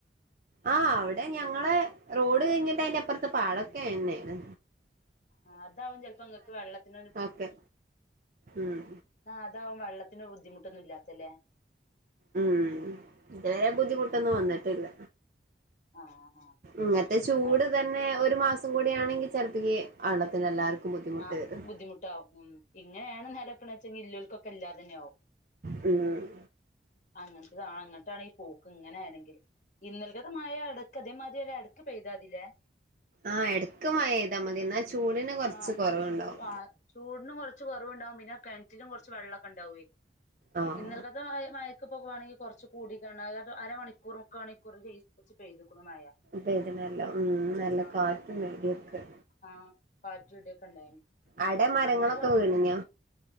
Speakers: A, on the right (about 45°); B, on the left (about 45°).
A: ആഹ് അവിടെ ഞങ്ങ റോഡ് കഴിഞ്ഞിട്ട് അയ്ന്റെ അപ്പുറത്ത് പാടൊക്കെ തന്നെണ്
B: ആഹ് അതാവും ചിലപ്പോ ഇങ്ങക്ക് വെള്ളത്തിനൊ
A: ഒക്കെ ഉം
B: എതാവും വെള്ളത്തിനോര് ബുദ്ധിമുട്ടൊന്ന ഇല്ലാത്തല്ലേ
A: ഉം ഇതുവരെ ബുദ്ധിമുട്ടൊന്നും വന്നിട്ടില്ല
B: ആ ആ
A: ഇങ്ങത്തെ ചൂട്
B: അത്
A: തന്നെ പിന്നെ ഒരു മാസം കൂടിയ ആണെങ്കിൽ ചെലപ്പക്ക് വെള്ളത്തി എല്ലാർക്കും ബുദ്ധിമുട്ട്
B: ആഹ്
A: വരും
B: ബുദ്ധിമുട്ടാവും ഉം ഇങ്ങനെയാണ് നലക്കണ വെച്ചെങ്കിൽ ഇല്ലൾക്കൊക്കെ എല്ലാതന്നാകും
A: ഉം
B: അങ്ങനത്തെത അങ്ങട്ടാണ ഈ പോക്ക് ഇങ്ങനെ ആണെങ്ക ഇന്നൽക്കത മായ അടക്ക് അതേമാതിരി ഒ അടക്ക് പെയ്താതിലെ
A: ആഹ് എടക്ക്‌ മയ പെയ്താൽ മതി എന്നാ ചൂടിന് കുറച്ച്
B: ആഹ്
A: കുറവുണ്ടാവും
B: ആ ചൂടിനും കുറച്ച് കുറവുണ്ടാവും പിന്നെ കിണറ്റിലും കുറച്ച് വെള്ളമൊക്കെ ഉണ്ടാവുവേ
A: ആഹ്
B: ഇന്നൽക്കത്ത മയമായ പോകവാണെങ്കിൽ കുറച്ച് കൂട ക അരമണിക്കൂർ മുക്ക മണിക്കൂർ് ചെയ്തുക്കണ മഴ
A: പെയ്തിനല്ല ഉം നല്ല
B: ഉം
A: കാറ്റും ഇടിയൊക്കെ
B: ആഹ് കാറ്റുടിയൊക്കെ ഉണ്ടായിന്
A: അട മരങ്ങളൊക്കെ
B: അങ്ങനെ
A: വീണഞ്ഞ